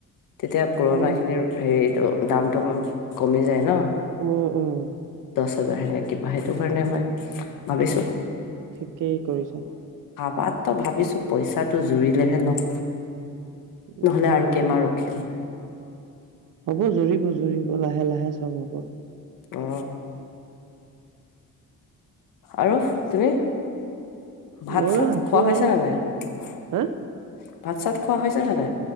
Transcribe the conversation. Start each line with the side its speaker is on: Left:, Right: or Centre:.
Left: তেতিয়া পুৰণাখিনিৰ
Right: উম
Left: হেৰিটো দামটো অকণমান কমি যায় ন
Right: উম উম
Left: েনে কিবা সেইটো কাৰণে মই ভাবিছো
Right: ঠিকেই কৰি
Left: বাত তো ভাবিছো পইচাটো জুৰিলেহে লম
Right: উম,
Left: নহলে আৰু কেমা ৰখিব
Right: হ'ব জুৰিব জুৰিব লাহে লাহে চব হব
Left: অ আৰু তুমি ভাত
Right: ময়ো
Left: চাত
Right: আছো আৰু হা
Left: খোৱা